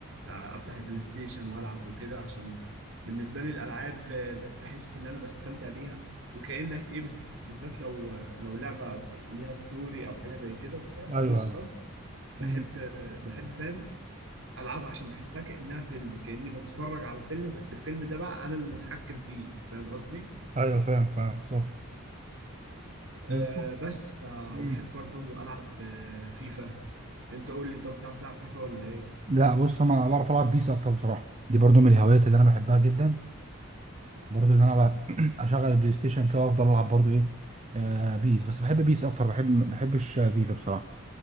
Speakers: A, on the right (about 60°); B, on the right (about 30°).
A: آه، افتح البلاي ستيشن والعب وكده عشان بالنسبه لي الالعاب آه، بحس ان انا بستمتع بيها وكانك ايه بز- بالذات لو لو لعبه ليها ستوري او حاجه زي كده
B: ايوه
A: قصه
B: ايوه
A: بحب
B: مم.
A: آه، بحب فاهم العبها عشان بحسها كانها فيلم كاني بتفرج على فيلم بس الفيلم ده بقى انا اللي متحكم فيه فاهم قصدي
B: ايوه فاهم فاهم بالظبط بالظبط
A: آه بس آه
B: مم.
A: وبحب برضو ألعب آه فيفا أنت قول لي طب بتعرف تلعب فيفا ولا إيه؟
B: لا بص انا بعرف العب بيس اكتر بصراحه دي برضو من الهوايات اللي انا بحبها جدا برضو ان انا بقى <clears throat> اشغل البلاي ستيشن كده وافضل العب برضو ايه آه بيس بس بحب بيس اكتر بحب ما بحبش آه، فيفا بصراحه